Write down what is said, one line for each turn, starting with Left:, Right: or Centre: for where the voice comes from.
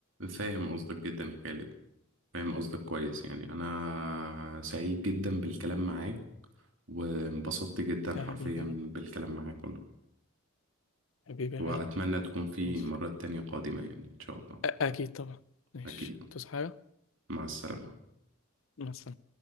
Right: فاهم قصدك جدا يا خالد فاهم قصدك كويس يعني انا سعيد جدا بالكلام معاك وانبسطت جدا
Left: يا
Right: حرفيا
Left: حبيبي يا رب.
Right: بالكلام معاك والله
Left: حبيبي يا
Right: واتمنى
Left: غالي
Right: تكون في
Left: ماشي
Right: مرات تانية قادمة يعني ان شاء الله
Left: أ- أكيد طبعا ماشي
Right: اكيد
Left: تصحى حاجة
Right: مع السلامة
Left: مع السلامة